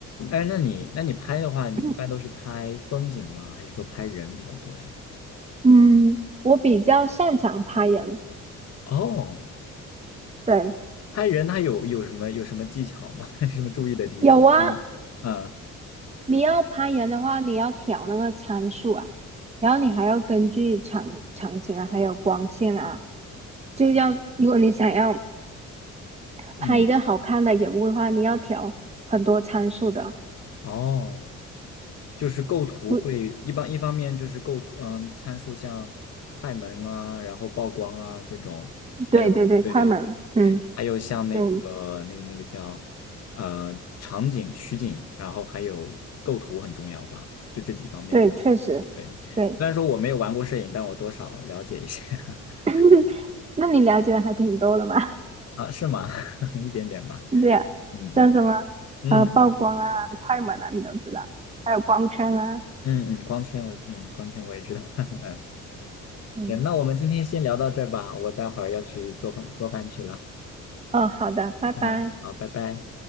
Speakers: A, on the left; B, on the right.
A: 哎，那你那你拍的话，你一般都是拍风景吗？
B: <clears throat>
A: 还是说拍人比较多呀？
B: 嗯，我比较擅长拍人，
A: 哦。
B: 对，
A: 拍人他有有什么有什么技巧吗？<laughs> 什么注意的地方吗？
B: 有啊，
A: 因为，啊
B: 你要拍人的话，你要调那个参数啊，然后你还要根据场场景啊，还有光线啊，就要如果你想要拍一个好看的人物的话，
A: 嗯，
B: 你要调很多参数的。
A: 哦，就是构图会一般一方面就是构图，
B: 不，
A: 嗯，参数像快门啊，然后曝光啊这种，
B: 对对对，
A: 还有对对对，
B: 快门了，嗯，
A: 还有像那个那那个叫
B: 对
A: 呃场景取景，然后还有构图很重要吧，就这几方面吧。
B: 对，确实，
A: 对，
B: 对。
A: 虽然说我没有玩过摄影，但我多少了解一些 <laughs>
B: <laughs> 那你了解的还挺多的嘛？
A: 啊，是吗？<laughs> 一点点吧，
B: <laughs> 对啊，
A: 嗯嗯
B: 像什么呃曝光啊、
A: 嗯。嗯
B: 快门啊，你都知道，还有光圈啊。
A: 嗯嗯，光圈我嗯光圈我也知道。<laughs> 嗯，
B: 嗯，
A: 行，那我们今天先聊到这儿吧，我待会儿要去做饭做饭去了。
B: 哦，好的，拜拜。
A: 嗯，好，拜拜。